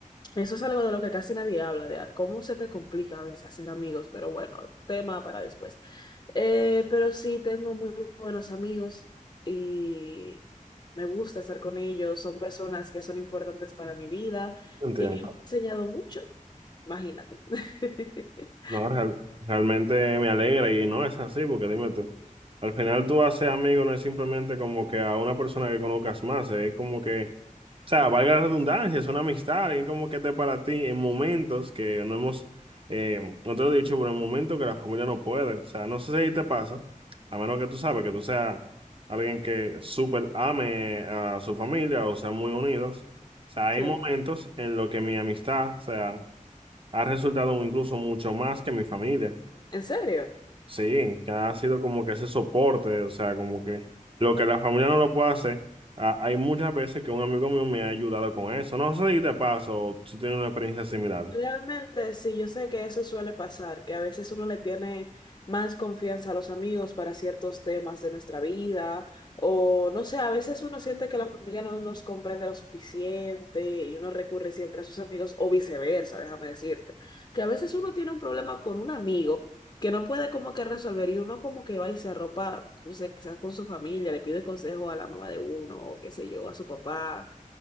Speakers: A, on the left (about 35°); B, on the right (about 40°).
A: Eso es algo de lo que casi nadie habla, de cómo se te complica a veces hacer amigos, pero bueno, tema para después. Eh, pero sí, tengo muy buenos amigos y me gusta estar con ellos, son personas que son importantes para mi vida
B: Entiendo.
A: y que me han enseñado mucho, imagínate. <laughs>
B: No, real- realmente me alegra y no es así, porque dime tú, al final tú haces amigo no es simplemente como que a una persona que conozcas más, es como que, o sea, valga la redundancia, es una amistad, alguien como que esté para ti en momentos que no hemos, eh, no te lo he dicho, pero en momentos que la familia no puede, o sea, no sé si ahí te pasa, a menos que tú sabes que tú seas alguien que súper ame a su familia o sean muy unidos, o sea, hay
A: Sí,
B: momentos en los que mi amistad, o sea, ha resultado incluso mucho más que mi familia.
A: ¿en serio?
B: Sí, que ha sido como que ese soporte, o sea, como que lo que la familia no lo puede hacer, a- hay muchas veces que un amigo mío me ha ayudado con eso. No sé si te paso, si tienes una experiencia similar.
A: Realmente, sí, yo sé que eso suele pasar, que a veces uno le tiene más confianza a los amigos para ciertos temas de nuestra vida, o no sé, a veces uno siente que la familia no nos comprende lo suficiente y uno recurre siempre a sus amigos, o viceversa, déjame decirte, que a veces uno tiene un problema con un amigo que no puede como que resolver y uno como que va y se arropa, no sé, quizás con su familia, le pide consejo a la mamá de uno, o qué sé yo, a su papá.